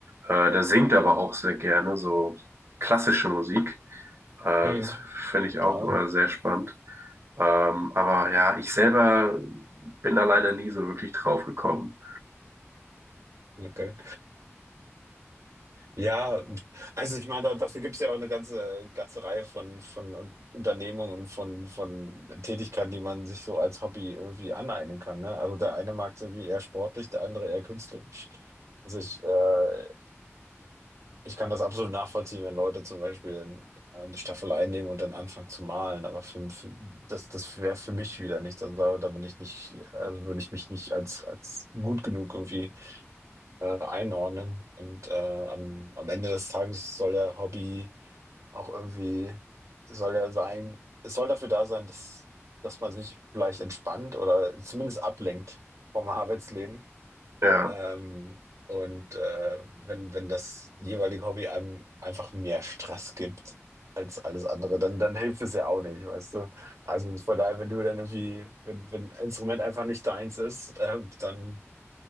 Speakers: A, on the right (about 55°); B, on the right (about 85°).
A: äh, der singt aber auch sehr gerne so klassische Musik. Äh,
B: Hm.
A: das finde ich auch
B: Ja.
A: immer sehr spannend. Ähm, aber ja, ich selber bin da leider nie so wirklich drauf gekommen.
B: Okay. Ja, also ich meine, da- dafür gibt es ja auch eine ganze, ganze Reihe von, von Un- Unternehmungen und von, von Tätigkeiten, die man sich so als Hobby irgendwie aneignen kann. Ne? Also der eine mag es irgendwie eher sportlich, der andere eher künstlerisch. Also ich äh, Ich kann das absolut nachvollziehen, wenn Leute zum Beispiel ein- eine Staffel einnehmen und dann anfangen zu malen, aber für, für, das, das wäre für mich wieder nichts. Also da, da bin ich nicht, also würde ich mich nicht als, als gut genug irgendwie äh, einordnen. Und äh, am, am Ende des Tages soll der Hobby auch irgendwie, soll er sein, es soll dafür da sein, dass, dass man sich vielleicht entspannt oder zumindest ablenkt vom Arbeitsleben.
A: Ja,
B: Ähm, und äh, wenn, wenn das jeweilige Hobby einem einfach mehr Stress gibt als alles andere, dann, dann hilft es ja auch nicht, weißt du? Also von daher, wenn du dann irgendwie, wenn, wenn ein Instrument einfach nicht deins ist, äh, dann